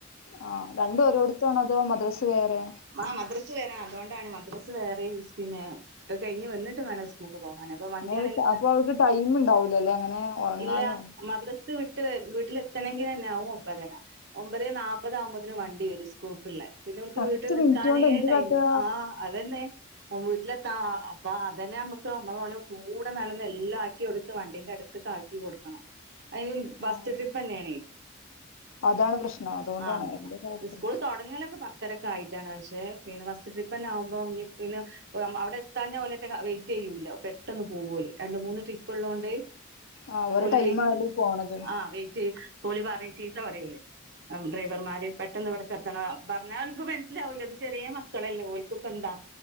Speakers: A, on the left; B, on the right.
A: ആഹ് രണ്ടും ഓരോട്താണോ അതോ മദ്രസ് വേറെ
B: ആ മദ്രസ് അതുകൊണ്ടാണ് മദ്രസ് വേറെ പിന്നെ അത് കഴിഞ്ഞ് വന്നിട്ട് വേണം സ്കൂ പോകാന് അപ്പോ വണ്ടിയാണെങ്കി
A: അങ്ങനെ ഒരു- അപ്പൊ അവർക്ക് ടൈം ഉണ്ടാവൂലല്ലേ അങ്ങനെ ഉറങ്ങാനും
B: ഇല്ലാ മദ്രസ് വി ട്ട് വീട്ടിലെത്തണമെങ്കിൽ തന്നെ ആകും ഒമ്പതര ഒമ്പതേ നാപ്പത് ആകുമ്പത്തിന് വണ്ടി വരും സ്കൂൾക്കുള്ള. പിന്നെ ഓനിക്ക്
A: പത്ത്
B: വീട്ടിൽ നിക്കാനേ
A: മിനിറ്റ് കൊണ്ട് എന്ത്
B: ടൈമ്
A: കാട്ടുക
B: ആഹ് അതന്നെ ഓൻ വീട്ടിലെത്താ അപ്പോ അതന്നെ നമ്മുക്ക് നമ്മള് ഓലെ കൂടെ നടന്ന് എല്ലാം ആക്കി കൊടുത്ത് വണ്ടീന്റെ അടുത്തക്ക് ആക്കി കൊടുക്കണം. അയിന് ബസ്
A: ആ
B: സ്റ്റോപ്പിൽ തന്നെയാണ്
A: അതാണ് പ്രശ്നം അതുകൊണ്ടാണ്
B: ആഹ്
A: വലിയ കുഴപ്പമില്ല
B: സ് ക്കൂൾ തുടങ്ങിയാലൊക്കെ പ ത്തരൊക്കെ ആയിട്ടാണ് പക്ഷേ പിന്നെ ഫസ്റ്റ് ട്രിപ്പന്നെ ആകുമ്പോ പിന്നെ അവിടെ എത്താഞ്ഞാൽ ഓലാറ്റം വെയിറ്റ് ചെ യ്യൂലാ പെട്ടന്ന് പോവും ഓല് രണ്ട് മൂന്ന് ട്രിപ്പ് ഉള്ളോണ്ട്.
A: ആ ഒരു
B: ഓല്
A: ടൈമാണല്ലോ
B: വെ
A: ഈ പോണത്
B: ആഹ് വെയിറ്റ് ചെ ഓല് പറയും ചീത്ത പറയൂലേ ഡ്രൈവർമാര് പെട്ടെന്ന് ഇവിട ക്കെത്തണം പറഞ്ഞാ ഓൽക്ക് മനസ്സിലാവൂല അത് ചെറിയ മക്കളല്ലേ ഓൽക്കിപ്പോ എന്താ?